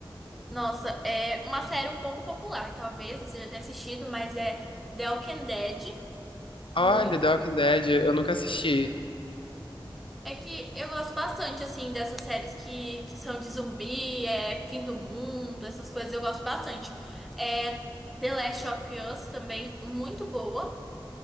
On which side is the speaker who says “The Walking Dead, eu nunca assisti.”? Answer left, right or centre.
Left